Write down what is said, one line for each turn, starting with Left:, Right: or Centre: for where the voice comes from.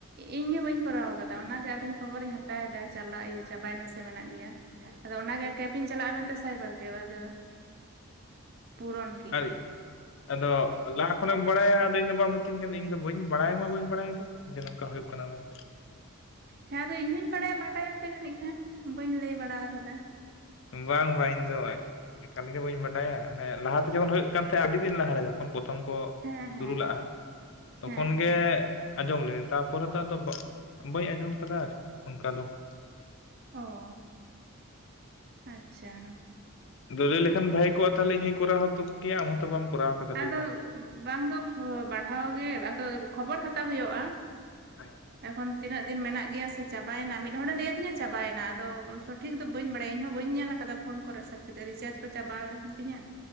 Right: ᱤᱧᱦᱚᱸ ᱵᱟᱹᱧ ᱠᱚᱨᱟᱣ ᱠᱟᱫᱟ ᱚᱱᱟᱜᱮ ᱟᱫᱚᱧ ᱠᱷᱚᱵᱚᱨᱤᱧ ᱦᱟᱛᱟᱣ ᱮᱫᱟ ᱪᱟᱞᱟᱜ ᱪᱟᱵᱟᱭᱮᱱᱟ ᱥᱮ ᱢᱮᱱᱟᱜ ᱜᱮᱭᱟ ᱾ ᱟᱫᱚ ᱚᱱᱟ ᱜᱮ ᱠᱮᱵ ᱤᱧ ᱪᱟᱞᱟᱜ-ᱟ ᱢᱮᱱ ᱛᱮ ᱥᱟᱭᱵᱟᱨ ᱠᱮᱵ ᱟᱫᱚ ᱯᱩᱨᱚᱱᱼᱼ
Left: <unintelligible> ᱟᱫᱚ ᱞᱟᱦᱟ ᱠᱷᱚᱱᱮᱢ ᱵᱟᱲᱟᱭᱟ ᱟᱫᱚ ᱤᱧ ᱵᱟᱢ ᱢᱤᱛᱟᱹᱧ ᱠᱟᱱᱟ ᱤᱧ ᱫᱚ ᱵᱟᱹᱧ ᱵᱟᱲᱟᱭ ᱢᱟ ᱵᱟᱹᱧ ᱵᱟᱲᱟᱭ ᱫᱚ ᱾ ᱡᱮ ᱱᱚᱝᱠᱟ ᱦᱩᱭᱩᱜ ᱠᱟᱱᱟ ᱢᱮᱱ ᱛᱮ ᱾
Right: ᱦᱮᱸ ᱟᱫᱚ ᱤᱧ ᱦᱩᱧ ᱵᱟᱲᱟᱭ ᱵᱟᱰᱟᱭ ᱟᱯᱮ ᱡᱟᱱᱤᱡ ᱠᱷᱟᱱ ᱵᱟᱹᱧ ᱞᱟᱹᱭ ᱵᱟᱲᱟ ᱟᱠᱟᱫᱟ ᱾
Left: ᱵᱟᱝ ᱵᱟᱝ ᱤᱧ ᱫᱚᱭᱼᱼ ᱮᱠᱟᱞ ᱜᱮ ᱵᱟᱹᱧ ᱵᱟᱰᱟᱭᱟ ᱦᱟᱱᱮ ᱞᱟᱦᱟ ᱛᱮ ᱡᱚᱠᱷᱚᱱ ᱦᱩᱭᱩᱜ ᱠᱟᱱ ᱛᱟᱦᱮᱸᱫ ᱟᱹᱰᱤ ᱫᱤᱱ ᱞᱟᱦᱟ ᱨᱮ ᱡᱚᱠᱷᱚᱱ ᱯᱨᱚᱛᱷᱚᱢ ᱠᱚ
Right: ᱦᱮᱸ
Left: ᱾
Right: ᱦᱮᱸ
Left: ᱥᱩᱨᱩ ᱞᱟᱜᱼᱟ ᱛᱚᱠᱷᱚᱱ
Right: ᱦᱮᱸ
Left: ᱜᱮᱼᱼ ᱟᱸᱡᱚᱢ ᱞᱮᱫ ᱟᱹᱧ ᱛᱟᱯᱚᱨᱮ ᱫᱚ ᱟᱫᱚ ᱵᱟᱹᱧ ᱟᱸᱡᱚᱢ ᱟᱠᱟᱫᱟ ᱟᱨᱠᱤ ᱚᱱᱠᱟ ᱫᱚ ᱾
Right: ᱚ ᱟᱪᱪᱷᱟ ᱾
Left: ᱟᱫᱚ ᱞᱟᱹᱭ ᱞᱮᱠᱷᱟᱱ ᱵᱷᱟᱭ ᱠᱚᱜ-ᱟ ᱛᱟᱦᱚᱞᱮ ᱤᱧ ᱦᱚᱧ ᱠᱚᱨᱟᱣ ᱦᱚᱛᱚ ᱠᱮᱜ-ᱟ ᱟᱢ ᱦᱚᱸᱛᱚ ᱵᱟᱢ ᱠᱚᱨᱟᱣ ᱠᱟᱫᱟ
Right: ᱟᱫᱚ
Left: ᱞᱟᱹᱭ ᱫᱟᱢ
Right: ᱵᱟᱝ ᱫᱚ ᱵᱟᱲᱦᱟᱣ ᱜᱮ ᱟᱫᱚ ᱠᱷᱚᱵᱚᱨ ᱦᱟᱛᱟᱣ ᱦᱩᱭᱩᱜ-ᱟ ᱾
Left: ᱦᱮᱸ
Right: ᱮᱠᱷᱚᱱ ᱛᱤᱱᱟᱹᱜᱼᱼ ᱫᱤᱱ ᱢᱮᱱᱟᱜ ᱜᱮᱭᱟ ᱥᱮ ᱪᱟᱵᱟᱭᱱᱟ ᱢᱤᱫ ᱦᱚᱲᱮ ᱞᱟᱹᱭ ᱟᱹᱫᱤᱧᱟ ᱪᱟᱵᱟᱭ ᱮᱱᱟ ᱟᱫᱚ ᱥᱚᱴᱷᱤᱠ ᱫᱚ ᱵᱟᱹᱧ ᱵᱟᱲᱟᱭᱟ ᱤᱧᱦᱚᱸ ᱵᱟᱹᱧ ᱧᱮᱞ ᱟᱠᱟᱫᱟ ᱯᱷᱚᱱ ᱠᱚ ᱨᱮ ᱾ ᱛᱟ ᱯᱟᱨᱮ ᱨᱤᱪᱟᱨᱡᱽ ᱠᱚ ᱪᱟᱵᱮᱱ ᱛᱤᱧᱟᱹ